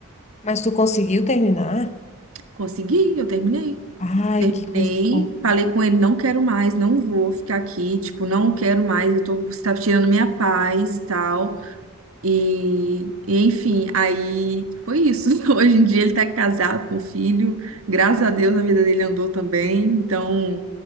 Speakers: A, on the left; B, on the right.
A: mas tu conseguiu terminar?
B: Consegui, eu terminei.
A: Ai,
B: Terminei,
A: que coisa boa.
B: falei com ele, não quero mais, não vou ficar aqui, tipo, não quero mais, eu tô, você tá tirando minha paz e tal. E, e, enfim, aí foi isso. <laughs> Hoje em dia ele tá casado com filho, graças a Deus a vida dele andou também, então